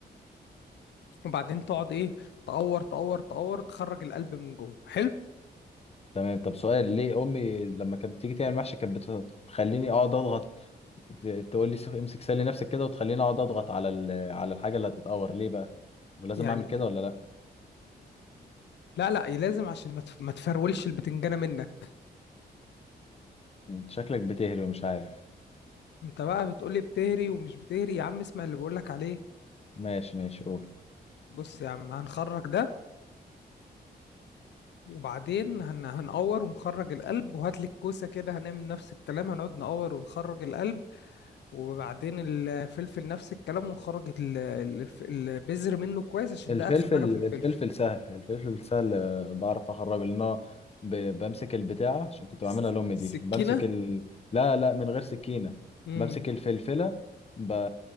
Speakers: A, on the left; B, on the left.
A: وبعدين تقعد ايه تقور تقور تقور تخرج القلب من جوه حلو
B: <laughs> تمام طب سؤال ليه امي لما كانت بتيجي تعمل محشي كانت بت- بتخليني اقعد اضغط ت- تقول لي سيب- امسك سلي نفسك كده وتخليني اقعد اضغط على ال- على الحاجة اللي هتتقور ليه بقى ولازم
A: يعني
B: اعمل كده ولا لا
A: لا لا لازم عشان ما تف- ما تفرولش البتنجانه منك
B: انت شكلك بتهري ومش عارف
A: انت بقى بتقولي بتهري ومش بتهري يا عم اسمع اللي بقولك عليه
B: ماشي ماشي قول
A: بص يا عم هنخرج ده وبعدين هن... هنقور ونخرج القلب وهات لك كوسه كده هنعمل نفس الكلام هنقعد نقور ونخرج القلب وبعدين الفلفل نفس الكلام ونخرج ال- ال- الف- البذر منه كويس عشان
B: الفلفل
A: ده ارخم حاجه في الفلفل
B: الفلفل سهل الفلفل سهل آه، بعرف اخرب لان هو ب- بمسك البتاعة عشان كنت
A: س-
B: بعملها لأمي
A: سكينه
B: دي بمسك ال... لا لا من غير سكينة
A: امم
B: بمسك الفلفلة ب...